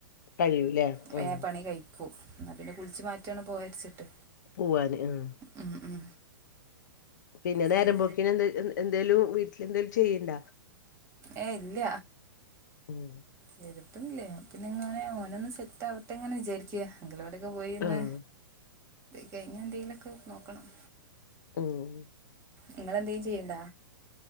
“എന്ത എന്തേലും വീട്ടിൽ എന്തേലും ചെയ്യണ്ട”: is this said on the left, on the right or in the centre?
Left